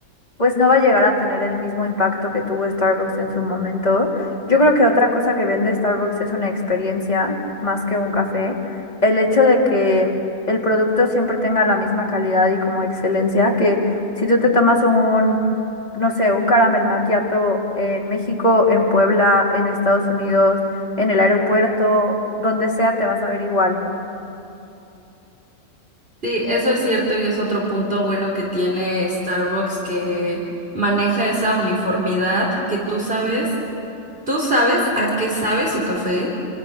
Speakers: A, on the left; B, on the right.
A: pues no va a llegar a tener el mismo impacto que tuvo Starbucks en su momento. Yo creo que otra cosa que vende Starbucks es una experiencia más que un café. El hecho de que el producto siempre tenga la misma calidad y como excelencia, que si tú te tomas un, no sé, un caramel macchiato en México, en Puebla, en Estados Unidos, en el aeropuerto, donde sea, te vas a ver igual.
B: Sí, eso es cierto y es otro punto bueno que tiene Starbucks que maneja esa uniformidad que tú sabes Tú sabes a qué sabe su café